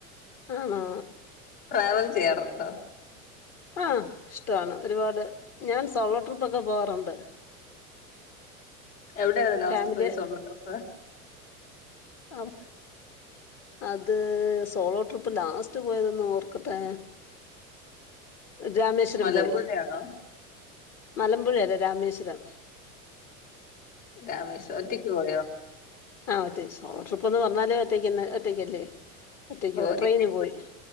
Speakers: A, on the left; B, on the left.
A: ആണോ
B: ട്രാവൽ ചെയ്യാറുണ്ടോ?
A: ആഹ് ഇഷ്ടാണ് ഒരുപാട് ഞാൻ സോളോ ട്രിപ്പ് ഒക്കെ പോവാറുണ്ട്
B: എവിടെയാണ് ലാസ്റ്റ്
A: ഫാമിലി
B: പോയ സോളോ ട്രിപ്പ്?
A: അ- അത് സോളോ ട്രിപ്പ് ലാസ്റ്റ് പോയതന്ന് ഓർക്കട്ടെ രാമേശ്വരം
B: മലമ്പുഴയാണോ
A: പോയി മലമ്പുഴ അല്ല രാമേ <unintelligible>
B: രാമേശ്, ഒറ്റക്ക് പോയോ?
A: ആ ഒറ്റക്ക് സോളോ ട്രിപ്പ് എന്ന് പറഞ്ഞാലെ ഒറ്റയ്ക്കന്ന് ഒറ്റയ്ക്കല്ലേ ഒറ്റക്ക്
B: ഓ
A: പോയി ട്രെയിന്
B: ഇല്ല
A: പോയി